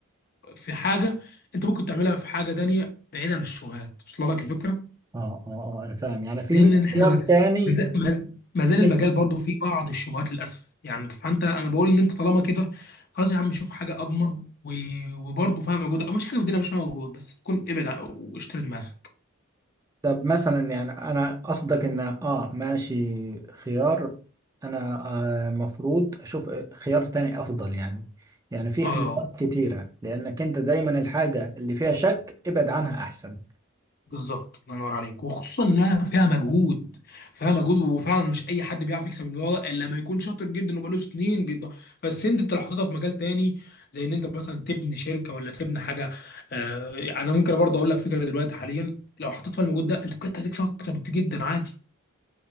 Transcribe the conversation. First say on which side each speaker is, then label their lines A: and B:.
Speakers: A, on the left; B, on the right.
A: في حاجه انت ممكن تعملها في حاجه تانيه بعيد عن الشغلات وصل لك الفكره
B: اه اه اه انا فاهم يعني في
A: لان
B: 100
A: احنا
B: خيار
A: ما
B: تاني
A: ما- ما- ما زال
B: في 100
A: المجال برضه فيه بعض الشبهات للاسف يعني فانت انا بقول ان انت طالما كده خلاص يا عم شوف حاجه اضمن و- وبرضه فيها مجهود مفيش حاجه في الدنيا مش فيها مجهود بس تكون ابعد عن- واشتري دماغك
B: طب مثلا يعني انا قصدك ان اه ماشي خيار انا آه مفروض اشوف خيار تاني افضل يعني يعني في
A: اه
B: خيارات كتيرة لانك انت دايما الحاجة اللي فيها شك ابعد عنها احسن
A: بالظبط الله ينور عليك وخصوصا انها فيها مجهود فيها مجهود وفعلا مش اي حد بيعرف يكسب الموضوع ده الا لما يكون شاطر جدا وبقاله سنين بيض فالسن دي انت لو حطيتها في مجال تاني زي ان انت مثلا تبني شركه ولا تبني حاجه آه انا ممكن برضه اقول لك فكره دلوقتي حاليا لو حطيت فيها المجهود ده انت بجد هتكسب اكتر بكتير جدا عادي